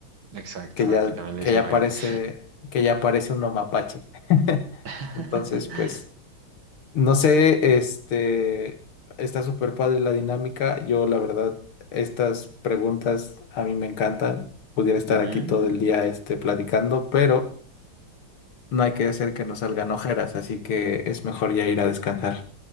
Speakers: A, on the right (about 65°); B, on the left (about 75°).
A: Exacto,
B: que ya,
A: aquí también le
B: que
A: dicen
B: ya
A: ojeras.
B: parece, que ya parece un mapache. <laughs>
A: <laughs>
B: Entonces, pues. No sé, este, está súper padre la dinámica. Yo, la verdad, estas preguntas a mí me encantan. Pudiera estar
A: Ujú.
B: aquí todo el día, este, platicando, pero no hay que hacer que nos salgan ojeras, así que es mejor ya ir a descansar.